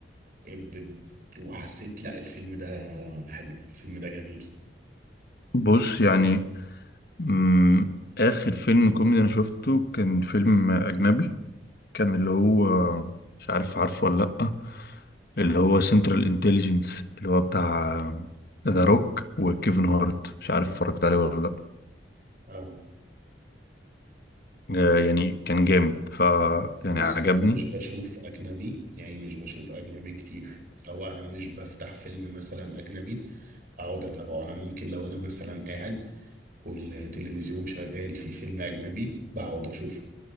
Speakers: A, on the right; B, on the left.
A: ب- وحسيت لا الفيلم ده حلو الفيلم ده جميل
B: بص يعني مم، اخر فيلم كوميدي انا شفته كان فيلم اجنبي كان اللي هو مش عارف عارفه ولا لا اللي هو سنترال انتليجنس اللي هو بتاع ذا روك وكيفن هارت مش عارف اتفرجت عليه ولا لا
A: اه
B: آه، يعني كان جامد ف يعني
A: بص
B: عجبني
A: انا مش بشوف اجنبي يعني مش بشوف اجنبي كتير او انا مش بفتح فيلم مثلا اجنبي اقعد اتابعه انا ممكن لو انا مثلا قاعد والتلفزيون شغال في فيلم اجنبي بقعد اشوفه